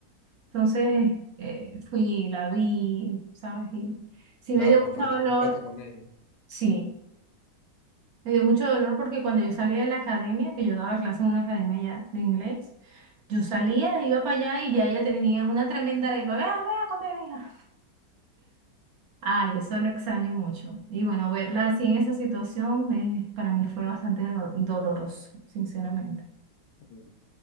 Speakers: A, on the right; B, on the left.
A: Entonces, eh, fui, la vi, ¿sabes? Y sí
B: claro,
A: me dio
B: compartiste
A: mucho dolor,
B: un rato con ellos.
A: sí, me dio mucho dolor porque cuando yo salía de la academia, que yo daba clase en una academia ya de inglés, yo salía, iba para allá y ya ella tenía una tremenda arepa, vea, vea, come, mija. Ay, eso lo extraño mucho. Y bueno, verla así en esa situación eh, para mí fue bastante do- doloroso, sinceramente.
B: Mm,